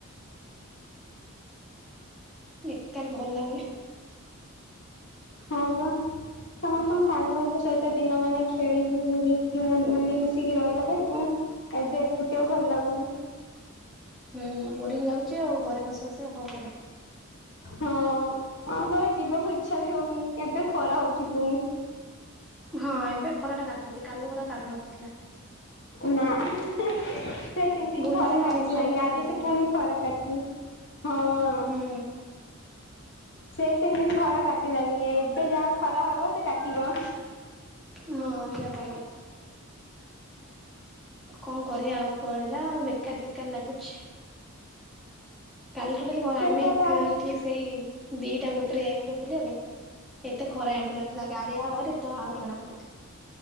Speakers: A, in the centre; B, on the left (about 55°).
A: ବେକାର୍ ଭଲ ଲାଗୁନି।
B: ହଁ ପା ତମେ ତମ ସାଙ୍ଗଙ୍କ ସହି ଦିନ ମାନେ ଖେଳିବି ବୁଲିକି ମିଳିମିଶିକି ରହିଲା ବେଳକୁ ଏବେ ଏକୁଟିଆ ଭଲ ଲାଗୁନି।
A: ହୁଁ ବୋରିଙ୍ଗ ଲାଗୁଚି ଆଉ ଘରେ ବସି ବସିକା ଆଉ କଣ କରିବା।
B: ହଁ ଆଉ କୁଆଡ଼େ ଯିବାକୁ ଇଚ୍ଛାବି ହଉନି ଏବେ ଖରା ହଉଚି ପୁଣି।
A: ହଁ ଏବେ ଖରାଟା କାଟୁଚି କାଲି ଗୁଡ଼ା କାଟୁ ନଥିଲା।
B: ନା ସେ ତିନି ଦିନି
A: ବୁଲୁଥିଲା
B: ଖରା କାଟିଲାନି
A: ଆଉ ନିଶା ବଢିଥିଲା
B: ଆଜିଠୁ
A: ତ ସେଇ
B: ପୁଣି
A: ଯୋଉ
B: ଖରା କାଟୁଚି ହଁ।
A: ହୁଁ
B: ସେ ତିନି ଦିନି ଖରା କାଟିଲାନି ଏବେ ଯାହା ଖରା ହବ ସେକାଟିବ।
A: ହଁ ଯାହା କହିଲ। କଣ କରିବା ଆଉ ପଳେଇଲା ଆଉ ବେକାର ବେକାର ଲାଗୁଛି। କାଲି ଟୋଟାଲି କଣ
B: ସେ
A: ଆମେ
B: ତ ତାର
A: ଠିକ୍ ସେଇ ଦିଟା ଗୋଟେରେ ଯାଇଥିଲୁ ବୁଲିବା ପାଇଁ ଏତେ ଖରା ଜଣାପଡ଼ୁନଥିଲା ଗାଡ଼ି ହାୱାରେ ଏତେ ଆଉ ଜଣା ପଡ଼ୁନଥିଲା।